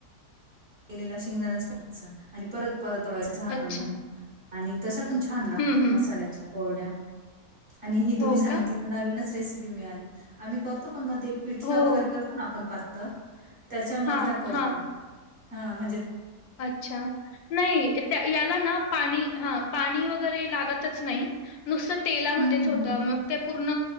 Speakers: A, on the right (about 40°); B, on the left (about 80°).
A: केलेला शेंगदाण्याचवायचा आणि परत परत वयचं झाकण
B: अच्छा.
A: ठेऊून आणि तशा पण छान लागत
B: हं, हं.
A: मसाल्याच्या कोरड्या आणि ही
B: हो
A: तुम्ही सांगित
B: का?
A: नवीनच रेसिपी मिळाली आम्ही करतो पण मग ते पिठ
B: हो.
A: वगैरे करतो ना आपण त्या म्ह
B: हां, हां. अच्छा नाही त्या याला ना पाणी हा पाणी वगैरे लागतच नाही नुसतं तेलामध्येच
A: हम्म हम्म
B: होतं मग ते पूर्ण